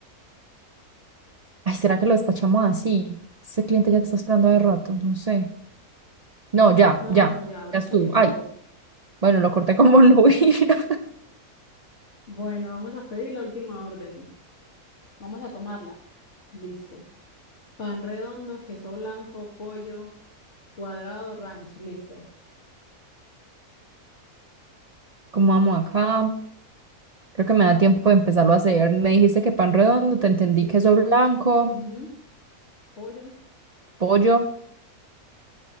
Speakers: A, on the right (about 40°); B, on the left (about 50°).
A: Ay, ¿será que lo despachamos así? Este cliente ya está esperando de rato, no sé. No, ya,
B: No,
A: ya,
B: no, ya, ahora
A: ya estuvo.
B: sí eso
A: Ay,
B: ahí.
A: bueno, lo corté como <laughs> nubila.
B: <laughs> Bueno, vamos a pedir la última orden. Vamos a tomarla. Listo. Pan redondo, queso blanco, pollo, cuadrado, ranch. Listo.
A: Cómo vamos acá? Creo que me da tiempo de empezarlo a hacer. Me dijiste que pan redondo, te entendí
B: Sí.
A: queso blanco,
B: Ujú, Pollo.
A: pollo,